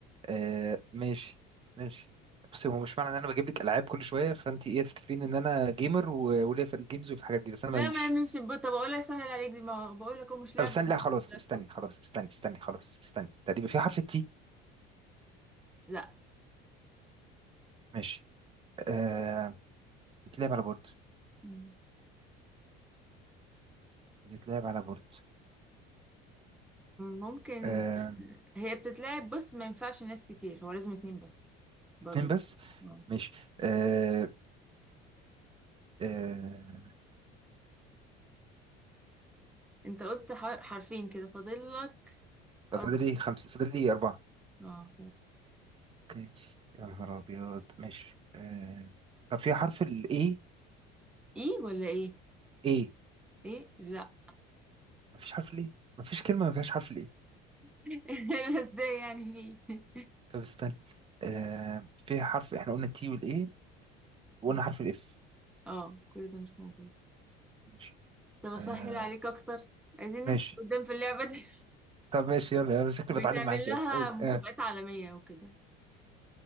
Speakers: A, on the right; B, in the centre.
A: آه ماشي ماشي بس هو مش معنى ان انا بجيب لك العاب كل شوية فانتي ايه تفتكرين ان انا جيمر و- وليا في الجيمز وفي الحاجات دي بس انا
B: لا
A: ماليش
B: ما يعملش بورد طب اقول لك سهل عليك دي ما بقول لك هو مش لعبه
A: طب استني لا خلاص
B: لابتوب
A: استني خلاص استني استني خلاص استني تقريبا في حرف التي
B: لا
A: ماشي آه بتلعب على بورد
B: مم.
A: بتلعب على بورد
B: ممكن
A: آه
B: هي بتتلعب بص ما ينفعش ناس كتير هو لازم اتنين بس برضو
A: اتنين بس
B: اه
A: ماشي آه آه
B: انت قلت ح- حرفين كده فاضل لك
A: طب
B: اربع
A: فاضل لي خمسة فاضل لي أربعة
B: اه
A: اوكي يا نهار ابيض ماشي آه... طب في حرف الاي
B: ايه ولا ايه
A: ايه
B: ايه لا
A: مفيش حرف الاي مفيش كلمه ما فيهاش حرف الاي
B: <laughs> لا ازاي يعني في
A: طب استنى آه... في حرف احنا قلنا التي والاي وقلنا
B: <laughs>
A: حرف الاف
B: اه كل ده مش موجود
A: ماشي
B: طب اسهل
A: آه...
B: عليك اكتر عايزين
A: ماشي
B: نمشي قدام في اللعبة دي
A: طب ماشي يلا يلا شكلي
B: بيتعمل
A: بتعلم معاكي
B: لها
A: اصلا قول
B: مسابقات
A: آه.
B: عالمية وكده